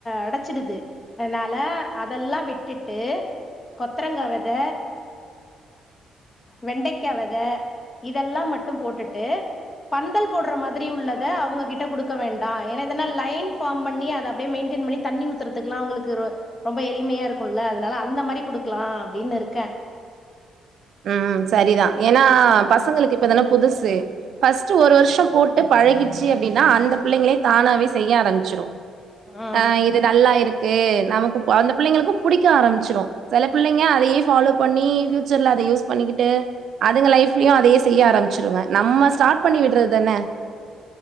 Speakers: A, on the left (about 30°); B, on the right (about 65°).
A: அடச்சிடுது அதனால அதெல்லா விட்டுட்டு கொத்தரங்கா வெத த வெண்டெக்கா வெத இதெல்லா மட்டு போட்டுட்டு பந்தல் போட்ற மாதிரி உள்ளத அவங்ககிட்ட குடுக்க வேண்டா ஏன்னா இல்லா லைன் ஃபார்ம் பண்ணி அத அப்டியே மெயின்டன் பண்ணி தண்ணி ஊத்தறுதுகெல்லா அவுங்ளுக்கு ரொ ரொம்ப எளிமையா இருக்குல அதனால அந்த மாரி குடுக்கலா அப்டின்னு இருக்கே
B: உம் சரிதா ஏன்னா பசங்களுக்கு இப்ப இதலா புதுசு பஸ் ஒரு வருஷோ போட் பழகிச்சு அப்டின்னா அந்த பிள்ளைங்களே தானாவே செய்ய ஆரம்பிச்சுரு
A: ம்
B: ஆஹ் இது நல்லா இருக் க்கு நமக்கு அந்த புள்ளைங்களுக்கு புடிக்க ஆரம்பிச்சிரு சில பிள்ளைங்க அதையே ஃபாலோ பண்ணி ஃபியூ எல்லா யூஸ் பண்ணிக்கிட்டு அதுங்க லைஃலயு அதயே செய்ய ஆரம்பிச்சிருங்க நம்ப ஸ்டார்ட் பண்ணி விட்றது தானே